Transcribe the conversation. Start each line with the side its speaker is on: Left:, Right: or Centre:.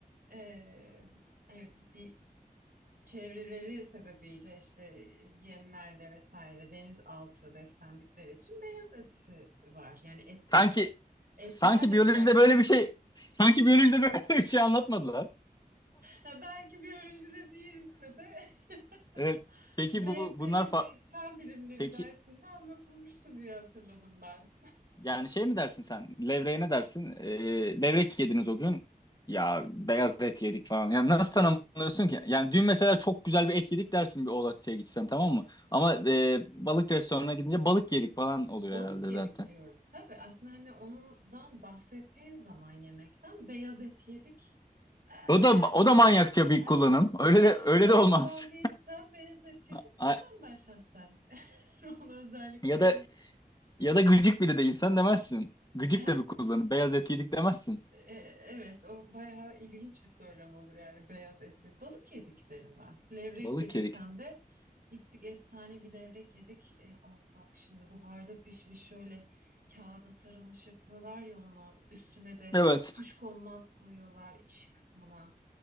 Right: e, e, bir çevreleri sebebiyle işte yemlerle vesaire denizaltı beslendikleri için beyaz etisi var. Yani et,
Left: Sanki sanki
Right: etler de
Left: biyolojide
Right: farklı.
Left: böyle bir şey sanki biyolojide <laughs> böyle bir şey anlatmadılar.
Right: Ha, belki biyolojide değilse de
Left: Ee,
Right: <laughs>
Left: peki
Right: benzeri
Left: bu bunlar fa-
Right: bir fen bilimleri
Left: peki
Right: dersinde anlatılmıştı diye hatırladım ben.
Left: Yani şey mi dersin sen? Levreye ne dersin? Ee, levrek yediniz o gün. Ya beyaz et yedik falan. Yani nasıl tanımlıyorsun ki? Yani dün mesela çok güzel bir et yedik dersin bir Oğlakçı'ya gitsen tamam mı? Ama e, balık restoranına gidince balık yedik falan oluyor
Right: Balık
Left: herhalde
Right: yedik
Left: zaten.
Right: diyoruz tabii. Aslında hani ondan bahsettiğin zaman yemekten beyaz et yedik. Ee,
Left: O da
Right: yani
Left: o da manyakça bir
Right: Hani
Left: kullanım.
Right: ne bileyim,
Left: Öyle
Right: diyetisyen
Left: de öyle de olmaz.
Right: falan değilsem beyaz et yedik
Left: <laughs> A-
Right: demem ben şahsen. <laughs> Onu özellikle
Left: Ya da
Right: böyle.
Left: ya da gıcık biri değilsen demezsin. Gıcık
Right: <laughs>
Left: da bir kullanım. Beyaz et yedik demezsin.
Right: E, Evet, o bayağı ilginç bir söylem olur yani beyaz et yedik. Balık yedik derim ben. Levrek
Left: Balık
Right: yediysem
Left: yedik.
Right: de gittik efsane bir levrek yedik. E, ay bak şimdi buharda pişmiş şöyle kağıda sarılmış yapıyorlar ya onu. Üstüne de
Left: Evet.
Right: kuşkonmaz koyuyorlar iç kısmına.